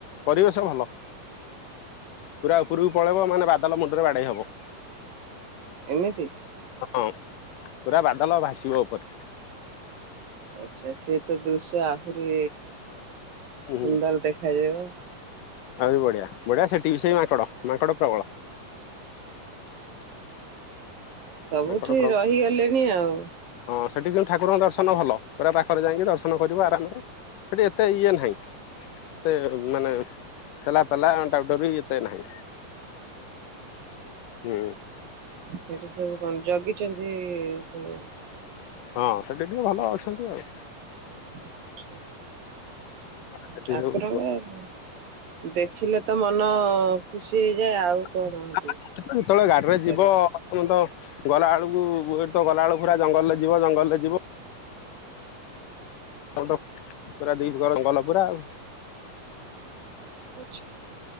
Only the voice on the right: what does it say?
ଏମିତି
ଆଚ୍ଛା ସିଏ ତ ଦୃଶ୍ୟ ଆହୁରି
ସୁନ୍ଦର ଦେଖାଯିବ।
ସବୁଠି
ରହିଗଲେଣି ଆଉ
ସେଠି ସବୁ କଣ? ଜଗିଚନ୍ତି ସେମା
ଆଚ୍ଛା
ଠାକୁରଙ୍କ
ଦେଖିଲେ ତ ମନ ଖୁସି ହେଇଯାଏ ଆଉ କଣ
ସେଠି
କରିବା
ଆଚ୍ଛା।